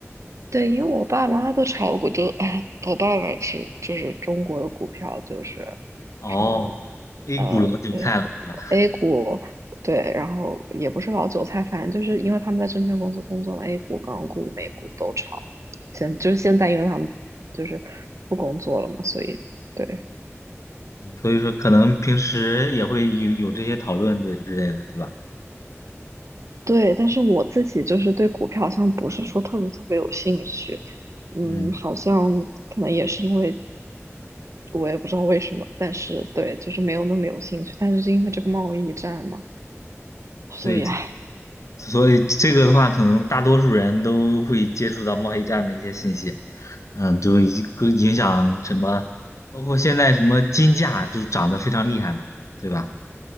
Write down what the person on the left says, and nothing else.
哦
，A
股老韭菜了，对吧？
所以说可能平时也会有有这些讨论对之类的，对吧？
嗯，
对，这所以这个的话，可能大多数人都会接触到贸易战的一些信息，嗯，就一个影响什么，包括现在什么金价就涨得非常厉害嘛，对吧？